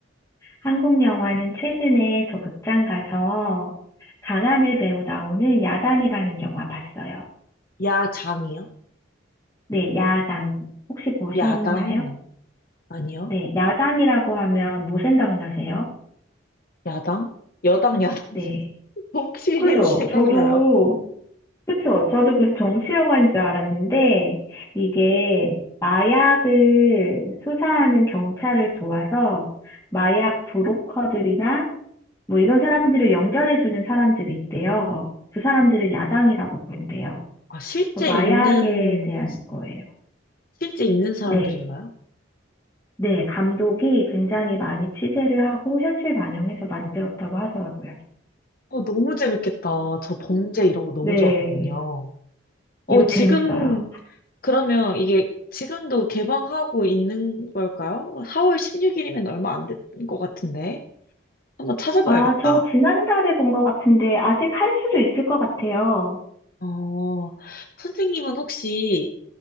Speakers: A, on the left; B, on the left.
A: 한국 영화는 최근에 저 극장 가서 강하늘 배우 나오는 야당이라는 영화 봤어요.
B: 야장이요?
A: 네, 야당. 혹시 보셨나요?
B: 야당? 아니요?
A: 네, 야당이라고 하면 뭐 생각나세요?
B: 야당? 여당, 야당.
A: 네.
B: <laughs> 혹시
A: 그죠?
B: 생각나요?
A: 저도 그쵸. 저도 그래서 정치 영화인 줄 알았는데, 이게 마약을 수사하는 경찰을 도와서 마약 브로커들이나 뭐 이런 사람들을 연결해주는 사람들이 있대요. 그 사람들을 야당이라고 부른대요.
B: 아, 실제
A: 어, 마약에
B: 있는,
A: 대한 거예요.
B: 실제 있는 사람들인가요?
A: 네. 네. 감독이 굉장히 많이 취재를 하고 현실 반영해서 만들었다고 하더라고요.
B: 어, 너무 재밌겠다. 저 범죄 이런 거 너무
A: 네.
B: 좋아하거든요. 어,
A: 이거
B: 지금,
A: 재밌어요.
B: 그러면 이게 지금도 개방하고 있는 걸까요? 4월 16일이면 얼마 안 된 것 같은데. 한번 찾아봐야겠다.
A: 아, 저 지난달에 본 것 같은데 아직 할 수도 있을 것 같아요.
B: 어, 선생님은 혹시